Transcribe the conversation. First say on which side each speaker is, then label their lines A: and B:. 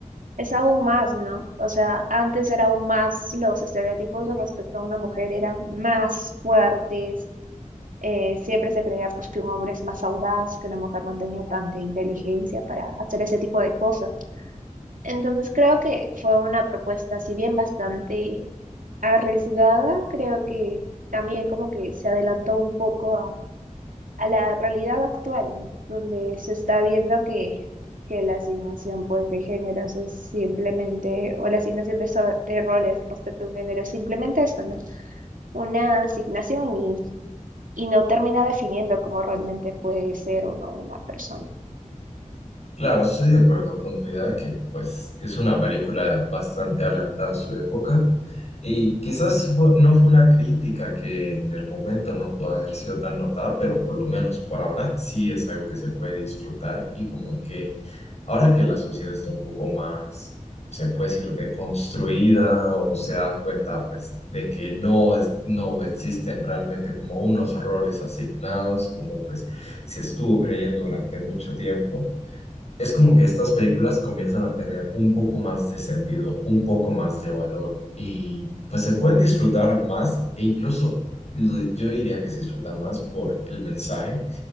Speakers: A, on the right (about 85°); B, on the left (about 55°).
A: es aún más, ¿no? O sea, antes era aún más, los estereotipos respecto a una mujer eran más fuertes, eh, siempre se creía pues que un hombre es más audaz, que una mujer no tenía tanta inteligencia para hacer ese tipo de cosas. Entonces creo que fue una propuesta, si bien bastante arriesgada, creo que también como que se adelantó un poco a la realidad actual, ¿no? Donde se está viendo que, que la asignación pues, de géneros es simplemente, o la asignación de, so- de roles respecto a un género es simplemente eso, ¿no? Una asignación y, y no termina definiendo cómo realmente puede ser o no una persona.
B: Claro, estoy de acuerdo con tu idea de que pues es una película bastante adelantada a su época y quizás fue- no fue una crítica que en el momento no pudo haber sido tan notada, pero por lo menos por ahora sí es algo que se puede disfrutar y como que ahora que la sociedad está un poco más, se puede decir, deconstruida o se da cuenta pues de que no, es- no existen realmente como unos roles asignados, como pues se estuvo creyendo durante mucho tiempo. Es como que estas películas comienzan a tener un poco más de sentido, un poco más de valor y pues se pueden disfrutar más e incluso lo- yo diría que se disfruta más por el mensaje